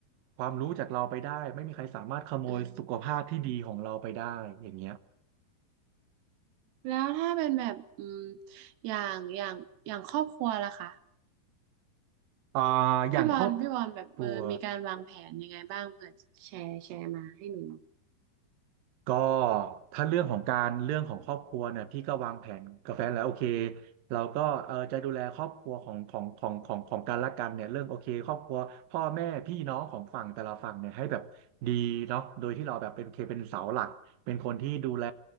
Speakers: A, on the right; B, on the right.
A: ความรู้จากเราไปได้ไม่มีใครสามารถขโมยสุขภาพที่ดีของเราไปได้อย่างเงี้ย
B: อืมแล้วถ้าเป็นแบบอืมอย่างอย่างอย่างครอบครัวล่ะคะ
A: อ่าอย่างครอบ
B: พี่บอลพี่บอลแบบเออมีการวางแผนยังไงบ้างเผื่อแชร์แชร์มาให้หนูหน่อย
A: ครัว ก็ถ้าเรื่องของการเรื่องของครอบครัวเนี่ยพี่ก็วางแผนกับแฟนแล้วโอเคเราก็เออจะดูแลครอบครัวของของของของของกันและกันเนี่ยเรื่องโอเคครอบครัวพ่อแม่พี่น้องของฝั่งแต่ละฝั่งเนี่ยให้แบบดีเนาะโดยที่เราแบบเป็นโอเคเป็นเสาหลักเป็นคนที่ดูแล